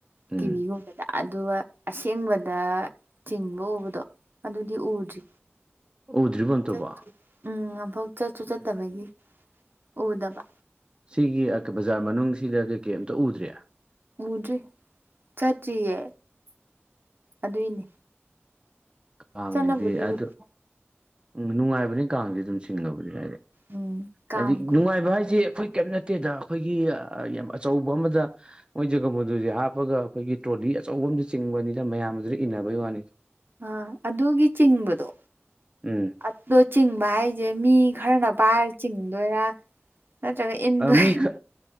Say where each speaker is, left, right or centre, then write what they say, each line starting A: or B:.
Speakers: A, on the right; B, on the right.
A: ꯇꯤꯚꯤꯒꯨꯝꯕꯗ
B: ꯎꯝ
A: ꯑꯗꯨꯒ ꯑꯁꯦꯡꯕꯗ ꯆꯤꯡꯕ ꯎꯕꯗꯣ ꯑꯗꯨꯗꯤ ꯎꯗ꯭ꯔꯤ
B: ꯎꯗꯔ꯭ꯤꯕꯣ ꯑꯝꯇꯕꯧ
A: ꯆꯠ ꯎꯝ ꯑꯃꯐꯧ ꯆꯠꯁꯨ ꯆꯠꯇꯕꯒꯤ ꯎꯗꯕ
B: ꯁꯤꯒꯤ ꯕꯖꯥꯔ ꯃꯅꯨꯡꯁꯤꯗ ꯀꯩ ꯀꯩ ꯑꯝꯇ ꯎꯗ꯭ꯔꯤ
A: ꯎꯗ꯭ꯔꯤ ꯆꯠꯇ꯭ꯔꯤꯌꯦ ꯑꯗꯨꯏꯅꯦ
B: ꯀꯥꯡꯁꯤꯗꯤ
A: ꯆꯠꯂꯕꯨꯗꯤ
B: ꯑꯗꯨ
A: ꯎ
B: ꯎꯝ ꯅꯨꯡꯉꯥꯏꯕꯅꯤ ꯀꯥꯡꯁꯤ ꯑꯗꯨꯝ ꯆꯤꯡꯅꯕꯅꯤ ꯍꯥꯏꯗꯤ
A: ꯎꯝ ꯀꯥꯡ
B: ꯍꯥꯏꯗꯤ
A: ꯀꯨꯏꯗ
B: ꯅꯨꯡꯉꯥꯏꯕ ꯍꯥꯏꯁꯦ ꯑꯩꯈꯣꯏ ꯀꯩꯌꯤꯝ ꯅꯠꯇꯦꯗ ꯑꯩꯈꯣꯏꯒꯤ ꯌꯥꯝ ꯑꯆꯧꯕ ꯑꯃꯗ ꯃꯣꯏ ꯖꯒꯕꯣꯟꯗꯨꯖꯦ ꯍꯥꯞꯄꯒ ꯑꯩꯈꯣꯏꯒꯤ ꯇ꯭ꯔꯣꯂꯤ ꯑꯆꯧꯕ ꯑꯝꯗ ꯆꯤꯡꯕꯅꯤꯅ ꯃꯌꯥꯝꯗꯨꯗ ꯏꯟꯅꯕꯩ ꯋꯥꯅꯤ
A: ꯑ ꯑꯗꯨꯒꯤ ꯆꯤꯡꯕꯗꯣ
B: ꯎꯝ
A: ꯑꯗꯣ ꯆꯤꯡꯕ ꯍꯥꯏꯁꯦ ꯃꯤ ꯈꯔꯅ ꯄꯥꯏꯔ ꯆꯤꯡꯗꯣꯏꯔꯥ ꯅꯠꯇ꯭ꯔꯒ ꯏꯟꯗꯣꯏ
B: ꯃꯤ ꯈ